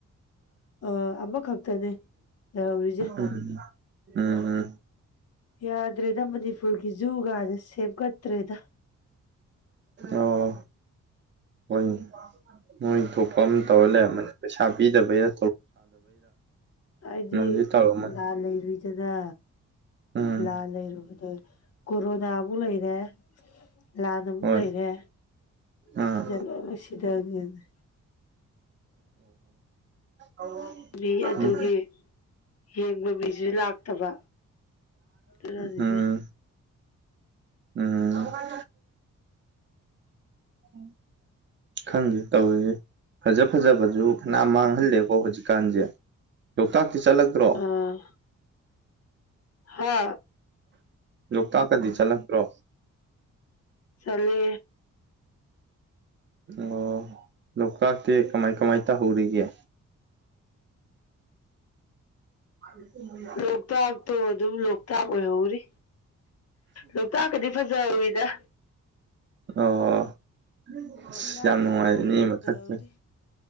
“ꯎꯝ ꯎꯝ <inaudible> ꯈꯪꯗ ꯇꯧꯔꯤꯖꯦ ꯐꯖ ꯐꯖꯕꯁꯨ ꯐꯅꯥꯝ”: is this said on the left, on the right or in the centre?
Right